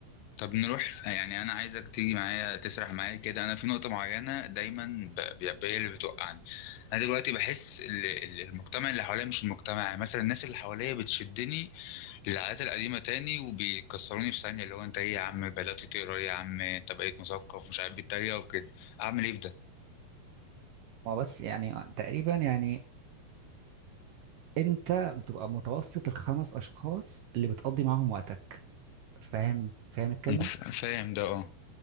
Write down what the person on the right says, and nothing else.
ما بس يعني تقريبا يعني انت بتبقى متوسط الخمس اشخاص اللي بتقضي معاهم وقتك فاهم فاهم الكلمه